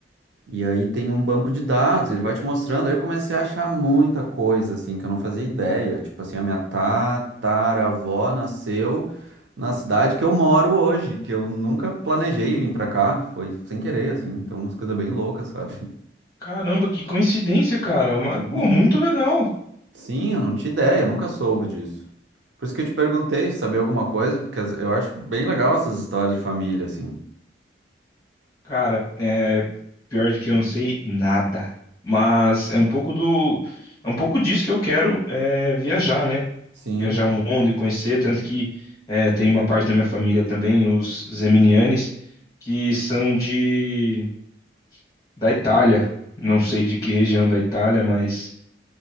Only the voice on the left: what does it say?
Caramba, que coincidência, cara. Mas,
pô, muito legal.
Cara, é pior de que eu não sei nada, mas é um pouco do, é um pouco disso que eu quero é, viajar, né?
Viajar o mundo e conhecer, tanto que é, tem uma parte da minha família também, os zeminianes, que são de da Itália. Não sei de que região da Itália, mas